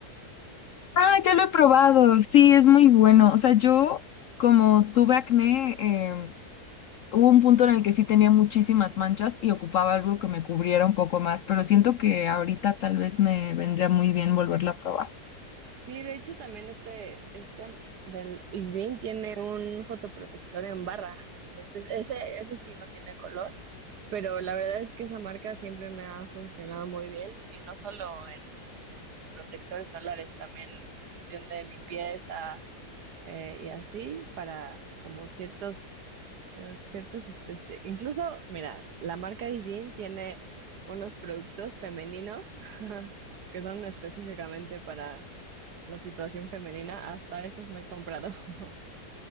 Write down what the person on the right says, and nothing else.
Sí, de hecho también este, este del ISDIN tiene un fotoprotector en barra, entonces ese, ese sí no tiene color, pero la verdad es que esa marca siempre me ha funcionado muy bien y no solo en, en protectores solares, también en cuestión de limpieza eh, y así para como ciertos eh, ciertas especies. Incluso, mira, la marca Idin tiene unos productos femeninos <laughs> que son específicamente para la situación femenina. Hasta esos me he comprado. <laughs>